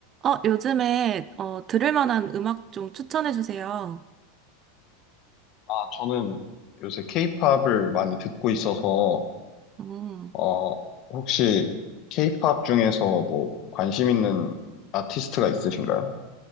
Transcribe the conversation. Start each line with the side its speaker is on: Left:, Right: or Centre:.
Right: 어, 요즘에, 어, 들을 만한 음악 좀 추천해 주세요.
Left: 아, 저는 요새 케이팝을 많이 듣고 있어서,
Right: 음.
Left: 어, 혹시 케이팝 중에서 뭐 관심 있는 아티스트가 있으신가요?